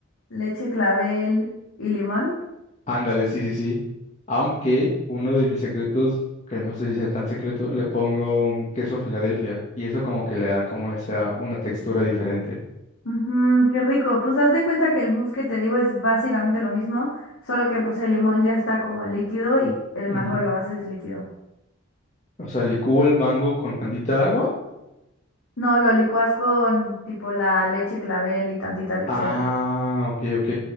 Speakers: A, on the left; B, on the left.
A: leche clavel y limón.
B: ándale, sí, sí, sí. Aunque uno de mis secretos, que no sé si sea tan secreto, le pongo un queso Filadelfia y eso como que le da como esa, una textura diferente.
A: Ujú, qué rico. Pues haz de cuenta que el mousse que te digo es básicamente lo mismo, solo que pues el limón ya está como líquido y el mango
B: Ujú.
A: lo haces líquido.
B: O sea, licúo el mango con tantita agua.
A: No, lo licuas con tipo la leche clavel y tantita lechera.
B: Ah, ok, ok.